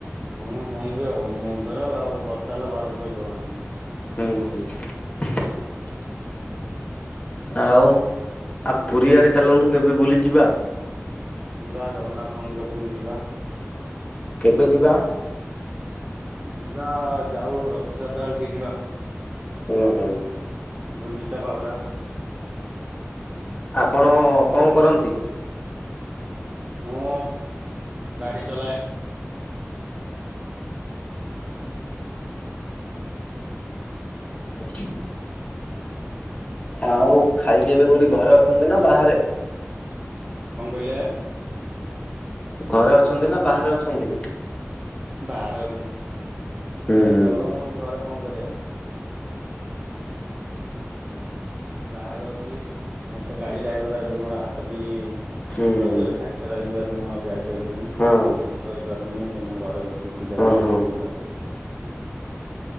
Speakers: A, on the right; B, on the left.
A: ହୁଁ ହୁଅନ୍ତୁ ଆଉ ମୁଣ୍ଡର ଆଉ ବର୍ଷା ହେଲା ଘରେ ଶୋଇଯାଉ ଆମେ।
B: ହଁ। ଆଉ ଆ ପୁରୀଆଡେ ଚାଲନ୍ତୁ କେବେ ବୁଲି ଯିବା?
A: ଯିବା ଜଗନ୍ନାଥ ମନ୍ଦିର ପୁରୀ ଯିବା।
B: କେବେ ଯିବା?
A: ଯିବା ଯାଉ ରଥଯାତ୍ରା ରେ ଟିକେ ଯିବା।
B: ହୁଁ ହୁଁ।
A: ଗୋଣ୍ଡିଚା ବାହୁଡ଼ା।
B: ଆପଣ କଣ କରନ୍ତି?
A: ମୁଁ ଗାଡି ଚଲାଏ।
B: <unintelligible> ଆଉ ଖାଇକି ଏବେ କୋଉଠି ଘରେ ଅଛନ୍ତି ନା ବାହାରେ?
A: କଣ କହିଲେ?
B: ଘରେ ଅଛନ୍ତି ନା ବାହାରେ ଅଛନ୍ତି?
A: ବାହାରେ ଅଛି।
B: ହୁଁ ହୁଁ
A: ଗରମ ହଉଛି ଘରେ କଣ କରିବା। ବାହାରେ ଅଛି। ଆମର ତ ଗାଡି ଡ୍ରାଇଭର ଏବେ ମୋର ହାତଟି
B: ହୁଁ
A: ରଜରେ
B: ହୁଁ
A: ଫ୍ରାକ୍ଚର ହେଇଯିବାରୁ ମୁଁ ଆଉ ଯାଇପାଇଲିନି।
B: ହଁ
A: ଡିଉଟି କରିପାରୁନି। ଏନା ଘରେ ବସି କିଛି ଦେଢ଼
B: ହଁ
A: ମାସେ
B: ହଁ।
A: ଦି ମାସେ।